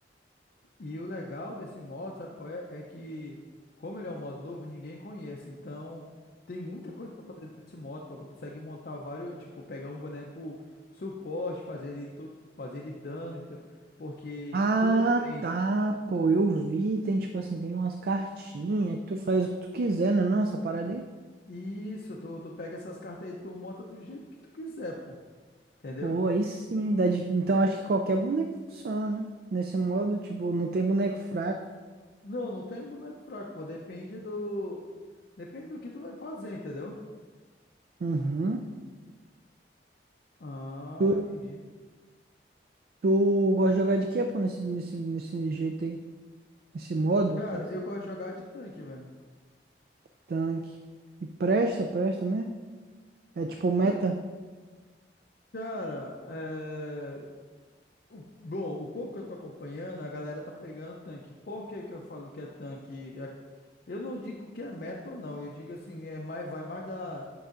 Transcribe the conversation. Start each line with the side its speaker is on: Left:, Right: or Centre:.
Left: E o legal desse modo, sabe qual é? É que como ele é um modo novo, ninguém conhece. Então, tem muita coisa pra fazer desse modo, pô. Tu consegue montar vários, tipo, pegar um boneco suporte, fazer ele tu, fazer ele dano, entendeu? Porque
Right: Ah,
Left: tudo é diferente.
Right: tá, pô, eu vi, tem tipo assim, tem umas cartinhas que tu faz o que tu quiser, né? Não, essa parada aí.
Left: Isso, tu, tu pega essas cartas aí, tu monta do jeito que tu quiser, pô. Entendeu?
Right: Pô, aí sim, dá de- então acho que qualquer boneco funciona, né? Nesse modo, tipo, não tem boneco fraco.
Left: Não, não tem boneco fraco, pô. Depende do. Depende do que tu vai fazer, entendeu?
Right: Uhum.
Left: Ah,
Right: Tu,
Left: entendi.
Right: tu gosta de jogar de quê, pô, nesse, nesse, nesse jeito aí? Nesse modo,
Left: Cara,
Right: quer dizer,
Left: eu gosto de jogar de tanque, velho.
Right: tanque. E presta, presta mesmo? É tipo meta?
Left: Ca- Cara, é... o- bom, o pouco que eu tô acompanhando, a galera tá pegando tanque. Por que que eu falo que é tanque? É- Eu não digo que é meta ou não, eu digo assim, é mais, vai mais da...